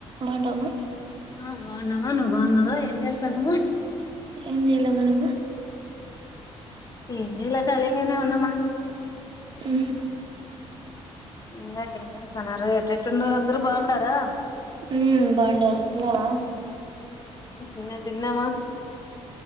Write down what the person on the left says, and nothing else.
ఆ బాగునవా నువ్ బాగున్నావా ఎం చే ను
ఇనిలా కళనే ఉన్నామ్మా
ఇంకా ఏం చేస్తున్నారు ఎట ఎటున్న అందరుూ బాగుండారా
తిన్న తిన్నమా